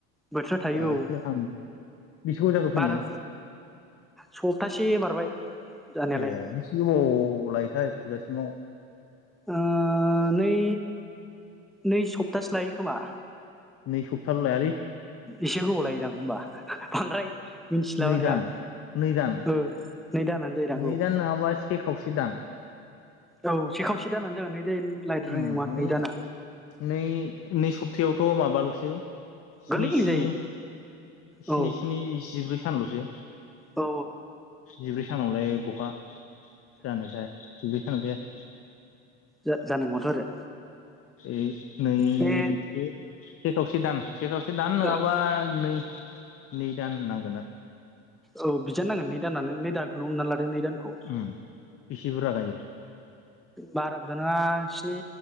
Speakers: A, in the centre; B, on the left (about 45°).
A: बोथोरा थायो
B: दासो
A: औ
B: हाम बेसे गोबाव जाखो फोनाया
A: बारा सप्तासे बारबाय जानायालाय
B: ए बिसो गोबाव लायोथाय फोजासिमाव
A: ओ नै नै सप्तासे लायो खोमा
B: नै सफथाल' लायालै
A: एसे गोबाव लायोदां होमबा बांद्राय मिथिला
B: नै
A: माने
B: दान
A: आं
B: नै दान
A: ओ नै दानानो जायोदां
B: नै
A: औ
B: दान नङाबा से खावसे दान
A: औ से खावसे दानानानै जागोन नै दान लायद्रायनाय
B: उम
A: नङा
B: नै
A: दाना
B: नै नै सपथायावथ' माबाल' सो स्नि
A: गोरलैनो
B: स्नि
A: जायो
B: स्नि
A: औ
B: स्नि जिब्रै सान ल'सो
A: औ
B: जिब्रै सानावलाय बहा जानो जाया जिब्रै सानाव जाया।
A: जा-जानाय नङाथ' आरो
B: ए नै <unintelligible>
A: बे
B: से खावसे दान से खावसे दान नोङाबा
A: औ
B: नै नै दान नांगोन आरो
A: औ बिदिआनो नांगोन नै दानानै नै दाखौनो हमना ला रो नै दानखौ
B: आरो उम बेसे बुरजा गायो
A: बारा बुरजा नङा स्नि